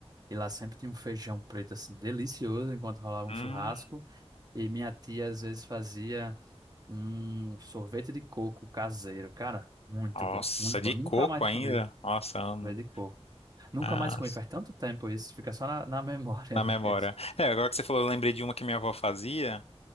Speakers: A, on the right; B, on the left.
A: e lá sempre tinha um feijão preto, assim, delicioso, enquanto rolava um
B: Hum,
A: churrasco, e minha tia às vezes fazia um sorvete de coco caseiro, cara, muito
B: nossa,
A: bom, muito
B: de
A: bom, nunca
B: coco
A: mais
B: ainda?
A: comi
B: Nossa, amo.
A: sorvete de coco. Nunca
B: Nossa,
A: mais comi, faz tanto tempo isso, fica só na, na memória
B: na memória.
A: <laughs> mesmo.
B: É, agora que você falou, eu lembrei de uma que minha avó fazia,